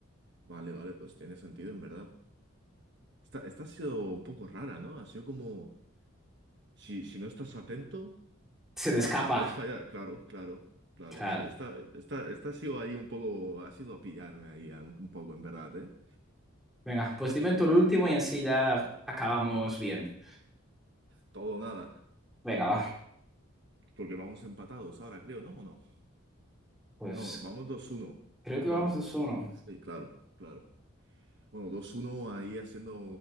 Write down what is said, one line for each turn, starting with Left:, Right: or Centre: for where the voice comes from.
Right: Vale, vale, pues tiene sentido en verdad. Esta, esta ha sido un poco rara, ¿no? Ha sido como, si, si no estás atento...
Centre: Se te
Right: La,
Centre: escapa.
Right: la puedes fallar, claro, claro, claro.
Centre: Claro.
Right: Sí, esta, esta, esta ha sido ahí un poco, ha sido a pillarme ahí a un, un poco, en verdad, ¿eh?
Centre: Venga, pues dime tú el último y así ya acabamos bien.
Right: Todo o nada.
Centre: Venga, va.
Right: Porque vamos empatados ahora, creo, ¿no? ¿O no?
Centre: Pues
Right: No, vamos dos uno
Centre: creo que
Right: Claro.
Centre: vamos 2 uno.
Right: Sí, claro, claro. Bueno, dos uno ahí haciendo